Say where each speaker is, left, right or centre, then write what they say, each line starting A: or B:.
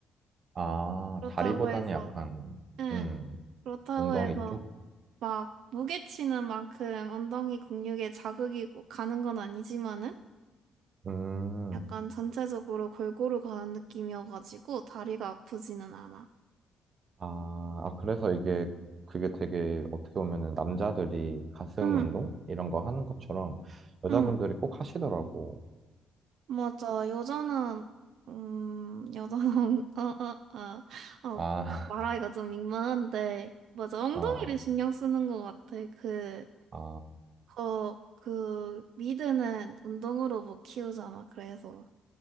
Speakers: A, on the right; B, on the right.
A: 아,
B: 그렇다고
A: 다리보다는
B: 해서,
A: 약간,
B: 응,
A: 음,
B: 그렇다고
A: 엉덩이
B: 해서
A: 쪽?
B: 막 무게 치는 만큼 엉덩이 근육에 자극이 가는 건 아니지만은
A: 음.
B: 약간 전체적으로 골고루 가는 느낌이어가지고 다리가 아프지는 않아.
A: 아, 아, 그래서 이게, 그게 되게 어떻게 보면은 남자들이 가슴
B: 응,
A: 운동? 이런 거 하는 것처럼 여자분들이
B: 응.
A: 꼭 하시더라고.
B: 맞아. 여자는, 음, 여자는, <laughs> 어, 어, 어. 아,
A: 아,
B: 말하기가
A: <laughs>
B: 좀 민망한데, 맞아. 엉덩이를
A: 아,
B: 신경 쓰는 것 같아. 그,
A: 아,
B: 어, 그, 미드는 운동으로 못 키우잖아. 그래서.